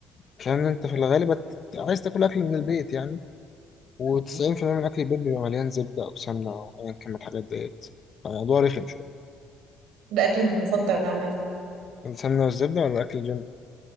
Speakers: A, on the left (about 45°); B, on the right (about 70°).
A: عشان انت في الغالب هت- عايز تاكل اكل من البيت يعني و90% من اكل البيت بيبقى مليان زبده او سمنه او ايا كان من الحاجات ديت فالموضوع رخم شويه
B: ده اكلي المفضل عامه
A: السمنه والزبده ولا اكل الجيم